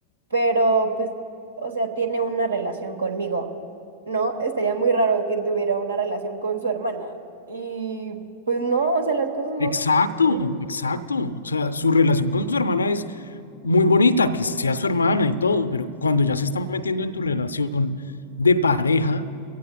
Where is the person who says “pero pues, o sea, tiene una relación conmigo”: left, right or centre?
Right